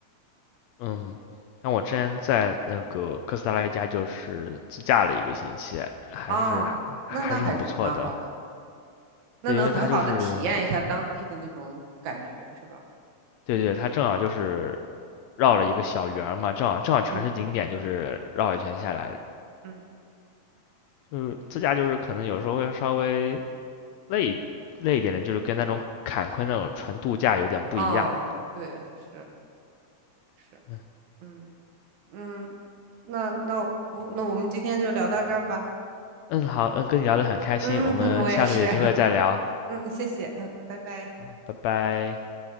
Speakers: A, on the left (about 80°); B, on the right (about 70°).
A: 嗯，像我之前在那个哥斯达黎加就是自驾了一个星期，还是还还是很不错的。
B: 啊，那那还是蛮好的，那能很好的体验一下当地的那种感觉，
A: 对，因为它就是，
B: 是吧？
A: 对对，它正好就是绕了一个小圆儿嘛，正好正好全是景点，
B: 嗯。
A: 就是绕一圈下来，
B: 嗯，
A: 就是自驾就是可能有时候会稍微累累一点的，就是跟那种坎昆那种纯度假有点不一样。
B: 啊，对，是是，
A: 嗯
B: 嗯嗯，那那我那我们今天就聊到这儿吧。
A: 嗯，好，嗯，跟你聊得很开心，
B: 嗯，
A: 我们下次有机会再聊，
B: <laughs> 我也是。<laughs> 嗯，谢谢。嗯，拜拜。
A: 好，拜拜。